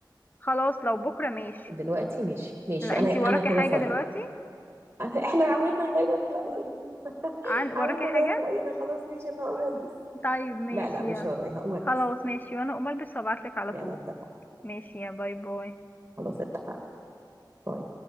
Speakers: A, on the left; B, on the right.
A: خلاص لو بكره ماشي
B: دلوقتي ماشي ماشي
A: لا
B: انا
A: انتي
B: انا
A: وراكي
B: كده
A: حاجه
B: فاضي
A: دلوقتي
B: <laughs> احنا عاملين نغير في راينا <laughs>
A: عن وراكي
B: عاملين نغير
A: حاجة
B: في راينا خلاص ماشي انا هقوم البس
A: طيب ماشي
B: لا لا مش
A: يلا
B: ورايا هقوم البس
A: خلاص ماشي وانا اقوم البس وابعتلك على
B: يلا
A: طول
B: اتفقنا
A: ماشي يا باي باي
B: خلاص اتفقنا باي